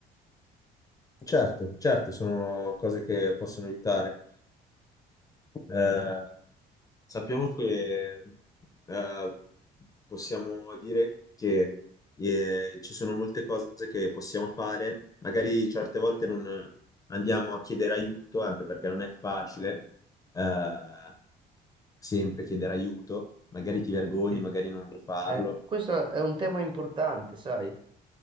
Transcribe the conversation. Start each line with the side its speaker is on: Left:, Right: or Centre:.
Left: Certo, certo, sono cose che possono aiutare. Eh, sappiamo che eh, possiamo dire che eh, ci sono molte cose che possiamo fare, magari certe volte non andiamo a chiedere aiuto, anche perché non è facile eh, sempre chiedere aiuto, magari ti vergogni,
Right: Sì.
Left: magari non vuoi farlo.
Right: Eh, questo è un tema importante, sai?